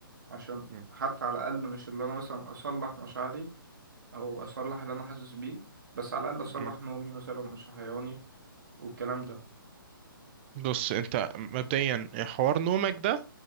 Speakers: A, on the right; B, on the right.
A: عشان
B: مم.
A: حتى على الاقل مش اللي انا مثلا اصلح مشاعري او اصلح اللي انا حاسس بيه بس على الاقل اصلح
B: مم.
A: نومي مثلا مش صحياني والكلام ده
B: بص انت مبدئيا حوار نومك ده